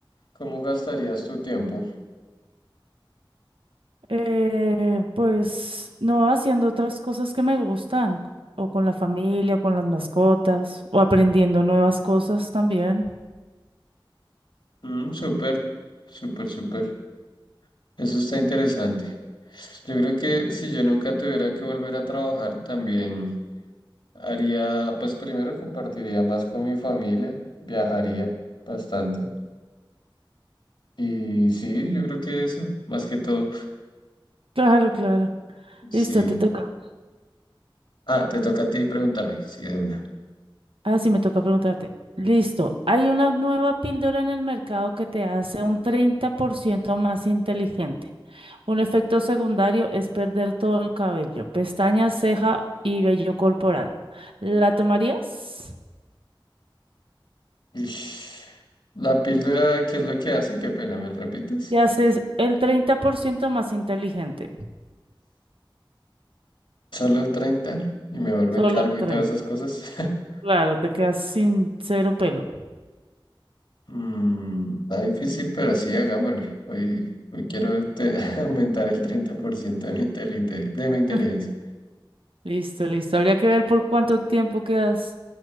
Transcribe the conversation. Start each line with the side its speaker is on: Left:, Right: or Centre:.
Left: ¿cómo gastarías tu tiempo?
Right: Eh, pues no haciendo otras cosas que me gustan, o con la familia, o con las mascotas, o aprendiendo nuevas cosas también.
Left: Mm, súper, súper, súper. Eso está interesante. Yo creo que si yo nunca tuviera que volver a trabajar, también haría, pues primero compartiría más con mi familia, viajaría bastante. Y sí, yo creo que eso, más que todo,
Right: Claro, claro.
Left: sí.
Right: Listo, te toca.
Left: Ah, te toca a ti preguntarme, sí, de una.
Right: Ah, sí, me toca preguntarte. Listo, hay una nueva píldora en el mercado que te hace un 30% más inteligente. Un efecto secundario es perder todo el cabello, pestañas, ceja y vello corporal. ¿La tomarías?
Left: Ish. La píldora, ¿qué es lo que hace? Qué pena, ¿me lo repites?
Right: Te haces el 30% más inteligente.
Left: Solo el 30 y me vuelve
Right: Solo
Left: calvo
Right: el 30.
Left: y todas esas cosas. <laughs>
Right: Claro, te quedas sin cero pelo.
Left: Mm, está difícil, pero sí, hagámosle. Hoy, hoy quiero te- <laughs> aumentar el 30% de mi, intelinte- de mi inteligencia.
Right: <laughs> Listo, listo. Habría que ver por cuánto tiempo quedas,